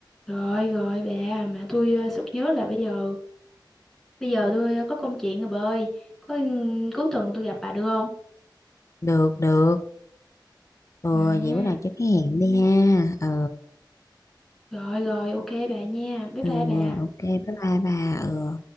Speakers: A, in the centre; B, on the left.
A: rồi rồi bà. Mà tôi ờ, sực nhớ là bây giờ, bây giờ tôi ờ, có công chuyện rồi bơi. Có ừ, cuối tuần tôi gặp bà được không?
B: Được được, ừ,
A: À
B: vậy bữa nào cho cái hẹn đi ha. Ừ,
A: Rồi rồi, ok bà nha. Bye
B: ừ
A: bye
B: ừ,
A: bà.
B: ok bye bye bà. Ừ.